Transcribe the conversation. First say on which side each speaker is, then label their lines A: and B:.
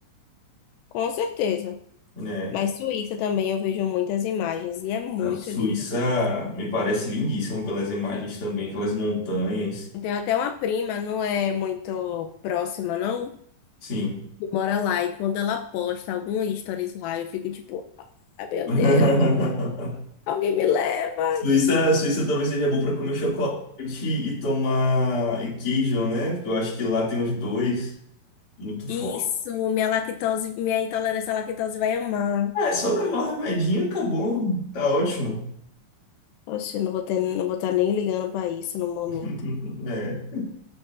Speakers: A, on the left; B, on the left.
A: com certeza.
B: né?
A: Mas Suíça também eu vejo muitas imagens e é muito
B: Não, Suíça
A: linda a Suíça.
B: me parece lindíssimo pelas imagens também, aquelas montanhas.
A: Eu tenho até uma prima, não é muito próxima, não?
B: Sim.
A: que mora lá. E quando ela posta algum stories lá, eu fico tipo, ah, meu
B: <laughs>
A: Deus, alguém me leva.
B: Suíça, Suíça talvez seja bom para comer chocolate e tomar e queijo, né? Porque eu acho que lá tem os dois muito forte.
A: Isso, minha lactose, minha intolerância à lactose vai amar.
B: É, só levar o remedinho e acabou. Tá ótimo.
A: Oxe, eu não vou ter, não vou estar nem ligando pra isso no momento.
B: <laughs> É,